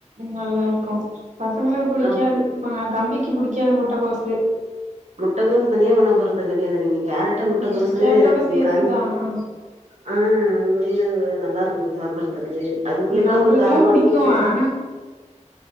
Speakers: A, on the right; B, on the right.
A: நல்லாருக்கு பசங்களுக்கு புடிக்காது
B: ஆ
A: தம்பிக்கு புடிக்காது முட்டகோசு
B: முட்டகோசு தனியா பண்ண போறது கெடையாது நீங்க கேரட்டு முட்டைகோசு
A: ம் கேரட்டோட சேத்துதா
B: காஞ்
A: ஆ
B: ஆ அது வெளின அது நல்லா இருக்கு சாப்டறதுக்கு அது புளிகொழம்பு
A: நம்பளுக்குல்லா
B: காரமா
A: பிடிக்கு
B: இருக்கு புளிப்
A: ஆனா